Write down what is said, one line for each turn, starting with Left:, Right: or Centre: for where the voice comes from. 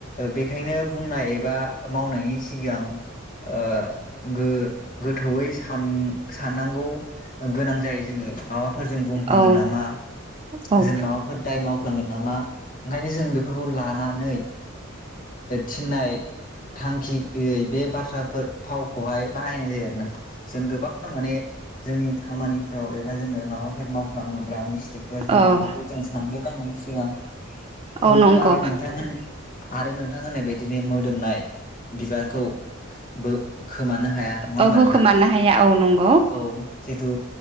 Left: बेखायनो बुंनाय एबा मावनायनि सिगां ओ गो गोथौयै सान साननांगौ गोनां जायो जोङो माबाफोर जों बुंफ्लांगोन
Right: औ
Left: नामा
Right: औ
Left: जों माबाफोर दाय माव फ्लांगोन नामा ओंखायनो जों बेफोरखौ लानानै थिननाय थांखि गैयै बे बाथ्राफोर फावखौहाय बाहायनाय जायो आरोना। जों गोबां माने जोंनि खामानिफ्राव एबा जोङो माबाफोर मावफ्लाङोब्ला मिस्टेकफोर जों
Right: औ
Left: बेफोरखौ जों सानगोरनांगोन सिगां बिदिनो
Right: औ नंगौ
Left: आरो नोंथां होन आरो नोंथां होननाय बदिनो मोदोमनाय बिबारखौ बो खोमानो हाया नङा होमबा
Right: औ होखोमानो
Left: नोंथां
Right: हाया औ नंगौ
Left: औ। जेथु